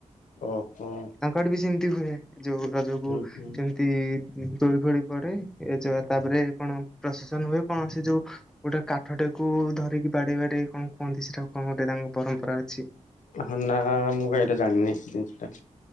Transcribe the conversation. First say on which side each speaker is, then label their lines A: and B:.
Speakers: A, on the left; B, in the centre.
A: ଓହୋ।
B: ତାଙ୍କ ଆଡ଼େ ବି ସେମିତି ହୁଏ ଯଉ ରଜକୁ
A: ହୁଁ ହୁଁ
B: ସେମିତି ଦୋଳି ଫୋଳି ପଡେ ଏ ଯା ତାପରେ କଣ ପ୍ରସେସନ ହୁଏ କଣ ସେ ଯଉ ଗୋଟେ କାଠଟେ କୁ ଧରିକି ବାଡେଇ ବାଡେଇ କଣ କୁହନ୍ତି ସେଟା କଣ ଗୋଟେ ତାଙ୍କ ପରମ୍ପରା ଅଛି।
A: ହଁ ନା ମୁଁ କାଇଁ ଏଟା ଜାଣିନି ଜିନିଷଟା